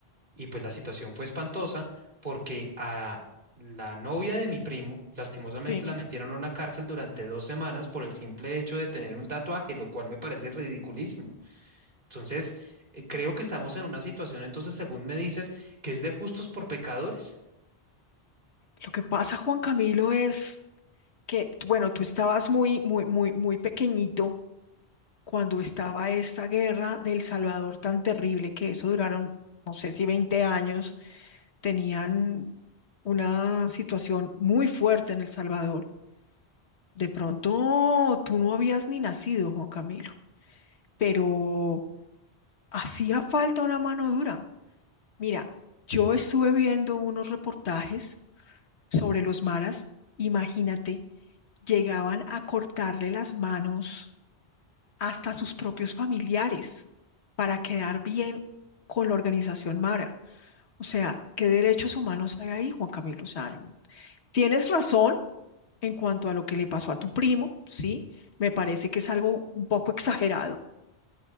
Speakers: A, on the right; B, on the left.
A: Y pues la situación fue espantosa porque a la novia de mi primo, lastimosamente
B: Sí,
A: la metieron a una cárcel durante dos semanas por el simple hecho de tener un tatuaje, lo cual me parece ridiculísimo. Entonces, eh, creo que estamos en una situación, entonces, según me dices, que es de justos por pecadores.
B: lo que pasa, Juan Camilo, es que, t- bueno, tú estabas muy, muy, muy, muy pequeñito cuando estaba esta guerra del Salvador tan terrible que eso duraron, no sé si 20 años, tenían una situación muy fuerte en El Salvador. De pronto tú no habías ni nacido, Juan Camilo, pero hacía falta una mano dura. Mira, yo estuve viendo unos reportajes sobre los maras. Imagínate, llegaban a cortarle las manos hasta a sus propios familiares para quedar bien con la organización mara. O sea, ¿qué derechos humanos hay ahí, Juan Camilo? O sea, tienes razón en cuanto a lo que le pasó a tu primo, ¿sí? Me parece que es algo un poco exagerado